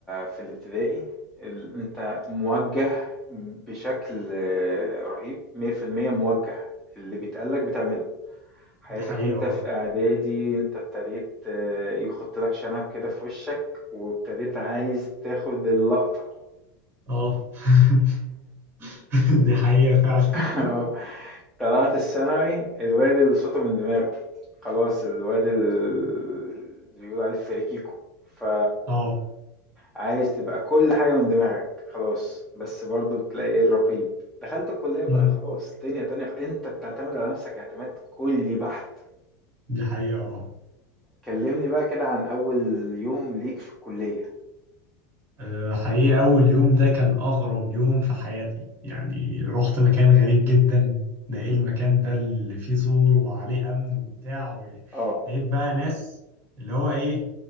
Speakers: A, in the centre; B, on the right.
A: في الابتدائي ال- أنت موجه بشكل آه، رهيب 100% موجه اللي بيتقالك بتعمله حياتك
B: دي حقيقة
A: وأنت في إعدادي أنت ابتديت آه، يخط لك شنب كده في وشك وابتديت عايز تاخد اللقطة
B: اه اه <laughs> <laughs> دي حقيقة فعلا
A: <laughs> طلعت الثانوي الواد اللي صوته من دماغه خلاص الواد ال- اللي بيقولوا عليه فريكيكو ف
B: <laughs> اه
A: عايز تبقى كل حاجة من دماغك خلاص بس برضو بتلاقي ايه الرقيب دخلت الكلية بقى
B: أمم.
A: خلاص دنيا تانية انت بتعتمد على نفسك اعتماد كلي بحت
B: دي حقيقة اه
A: كلمني بقى كده عن أول يوم ليك في الكلية
B: آه، حقيقة أول يوم ده كان أغرب يوم في حياتي يعني رحت مكان غريب جدا ده إيه المكان ده اللي فيه سور وعليه أمن وبتاع و-
A: اه
B: لقيت بقى ناس اللي هو إيه